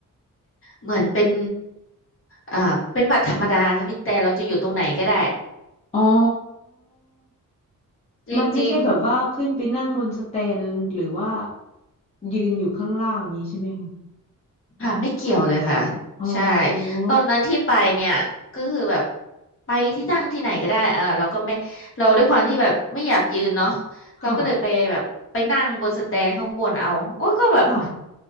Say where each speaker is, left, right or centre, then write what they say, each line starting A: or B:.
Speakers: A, on the left (about 40°); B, on the left (about 20°).
A: เหมือนเป็น อ่าเป็นบัตรธรรมดาค่ะพี่แต่เราจะอยู่ตรงไหนก็ได้
B: อ๋อ
A: จริง
B: มันไม่ใช่แบบว่าขึ้นไปนั่งบนสแตนหรือว่ายืนอยู่ข้างล่างนี้ใช่ไหมคะ
A: ๆค่ะไม่เกี่ยวเลยค่ะ
B: อ๋อ
A: ใช่ตอนนั้นที่ไปเนี่ยก็คือแบบไปที่นั่งที่ไหนก็ได้อ่าเราก็ไม่เราด้วยความที่แบบไม่อยากยืนเนาะเราก็เลยไปแบบไปนั่งบนสแตนข้างบนเอาโอ้ยก็แบบ
B: ค่ะ ค่ะ